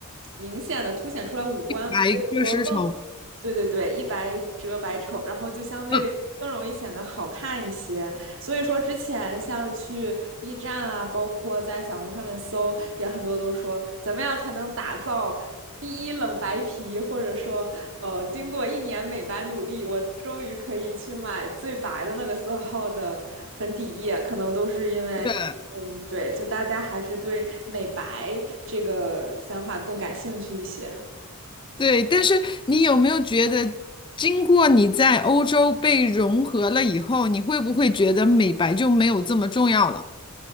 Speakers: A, on the right; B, on the left.
A: 明显的凸显出来五官，
B: 白热丝绸。
A: 或者说更对对对，一白遮百丑，然后就相对更容易显得好看一些。
B: 嗯，
A: 所以说之前像是去 B 站啊，包括在小红书上面搜，也很多都说怎么样才能打造第一冷白皮，或者说，呃，经过一年美白努力，我终于可以去买最白的那个色号的粉底液，可能都是因为。
B: 对
A: 嗯，对，就大家还是对美白这个想法更感兴趣一些。
B: 对，但是你有没有觉得，经过你在欧洲被融合了以后，你会不会觉得美白就没有这么重要了？